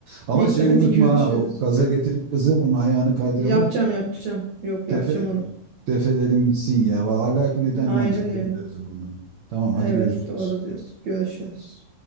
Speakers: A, on the right (about 85°); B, on the right (about 60°).
A: Ama
B: Neyse
A: şeyi
B: hadi
A: unutma
B: görüşürüz.
A: ha. O gaza getirip kızı bunun ayağını kaydıralım.
B: <laughs> Yapacağım yapacağım. Yok yapacağım
A: Defe,
B: onu.
A: def edelim gitsin ya. Hala ki nedenle
B: Aynen
A: ancak
B: öyle.
A: göndeririz bunu. Tamam hadi
B: Evet
A: görüşürüz.
B: doğru diyorsun. Görüşürüz.